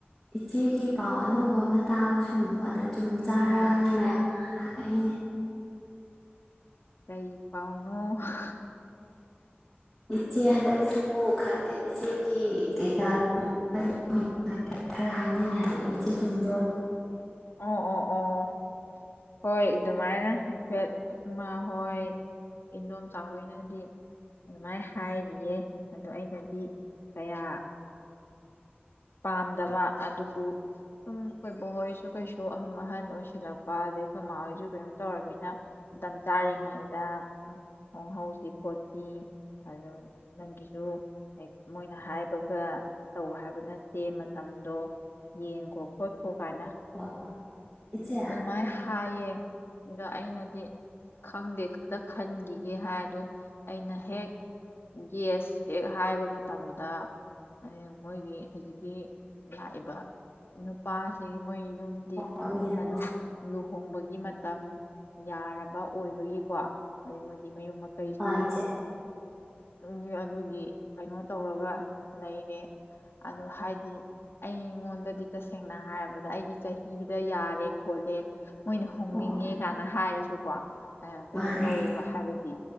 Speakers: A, in the centre; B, on the left (about 65°).
A: ꯏꯆꯦ ꯒꯤ ꯄꯥꯎ ꯑꯅꯧꯕ ꯑꯃ ꯇꯥꯕ ꯁꯣꯝ ꯑꯗ ꯆꯨꯝꯖꯥꯠꯂꯥꯅ
B: ꯑꯥ
A: ꯃꯌꯥꯝ ꯍꯪꯉꯛꯏꯅꯤ
B: ꯀꯩ ꯄꯥꯎꯅꯣ ꯍ
A: ꯏꯆꯦ ꯍꯟꯗꯛꯁꯤꯕꯨ ꯈꯪꯗꯦꯏꯆꯦꯒꯤ ꯀꯩꯀꯥ ꯂꯨꯍꯣꯡꯕꯩ ꯑꯟꯏꯟꯇꯦꯜꯂꯤꯖꯤꯕꯜ ꯈꯔ ꯍꯥꯏꯅꯩ ꯍꯥꯏꯒꯦ ꯏꯆꯦ ꯆꯨꯝꯕꯔꯣ
B: ꯑꯣ ꯑꯣ ꯑꯣ ꯍꯣꯏ ꯑꯗꯨꯃꯥꯏꯅ ꯍꯥꯏꯐꯦꯠ ꯏꯃꯥꯍꯣꯏ ꯏꯟꯗꯣꯝꯆꯥ ꯍꯣꯏꯅꯗꯤ ꯑꯗꯨꯃꯥꯏ ꯍꯥꯏꯔꯤꯌꯦ ꯑꯩꯅꯗꯤ ꯀꯌꯥ ꯄꯥꯝꯗꯕꯑꯗꯨꯕꯨ ꯁꯨꯝ ꯑꯩꯈꯣꯢ ꯕꯣꯛ ꯍꯣꯏꯁꯨ ꯀꯩꯁꯨ ꯑꯗꯨꯝ ꯑꯍꯟ ꯑꯣꯏꯁꯤꯜꯂꯛꯄ ꯑꯗꯩ ꯑꯗꯨ ꯀꯩꯅꯣ ꯇꯧꯔꯝꯃꯤ ꯅ ꯃꯇꯝ ꯆꯥꯔꯤꯉꯩ ꯗ ꯍꯣꯡꯍꯧꯁꯤ ꯈꯣꯠꯁꯤ ꯑꯗꯨ ꯅꯪꯒꯤꯁꯨ ꯃꯣꯏꯅ ꯍꯥꯏꯕꯒ ꯇꯧ ꯍꯥꯏꯕ ꯅꯠꯇꯦ ꯃꯇꯝꯗꯣ ꯌꯦꯡꯒꯣ ꯈꯣꯠꯈꯣ ꯃꯥꯏꯅ
A: ꯑꯣ ꯏꯆꯦ
B: ꯑꯗꯨꯃꯥꯢ ꯍꯥ ꯍꯌꯦꯡ ꯒ ꯑꯩꯅꯗꯤ ꯈꯪꯗꯦ ꯈꯇ ꯈꯟꯒꯤꯒꯦ ꯍꯥꯏ ꯑꯗꯨ ꯑꯩꯅ ꯍꯦꯛ ꯌꯦꯁ ꯍꯦꯛ ꯍꯥꯏꯕ ꯃꯇꯝꯗ ꯑꯦ ꯃꯣꯏꯒꯤ ꯍꯧꯖꯤꯛꯀꯤ ꯂꯥꯛꯏꯕ ꯅꯨꯄꯥ ꯁꯤꯒꯤ ꯃꯣꯏ ꯌꯨꯝꯗꯤ
A: ꯎꯝ ꯃꯤꯗꯣ
B: ꯑꯗꯨꯝ ꯂꯨꯍꯣꯡꯕꯒꯤ ꯃꯇꯝ ꯌꯥꯔꯕ ꯑꯣꯏꯕꯒꯤ ꯑꯗꯩ ꯃꯣꯏꯗꯤ ꯃꯌꯨꯝ ꯃꯀꯩꯁꯨ
A: ꯑꯥ ꯏꯆꯦ
B: <inaudible> ꯑꯗꯨꯒꯤ ꯀꯩꯅꯣ ꯇꯧꯔꯒꯥ ꯂꯩꯔꯦ ꯑꯗꯨ ꯍꯥꯏꯗꯤ ꯑꯩꯉꯣꯟꯗꯥꯗꯤ ꯇꯁꯦꯡꯅ ꯍꯥꯏꯔꯕꯗ ꯑꯩꯒꯤ ꯆꯍꯤꯗ ꯌꯥꯔꯦ ꯈꯣꯠꯂꯦ ꯃꯣꯏꯅ ꯍꯣꯡꯅꯤꯡꯉꯦ
A: ꯑꯣ
B: ꯒꯥꯅ ꯍꯥꯏꯔꯁꯨ ꯀꯣ ꯑ ꯀꯩꯅꯣ
A: ꯃꯥꯅꯦ
B: ꯇꯩꯌꯦꯕ ꯍꯥꯏꯕꯗꯤ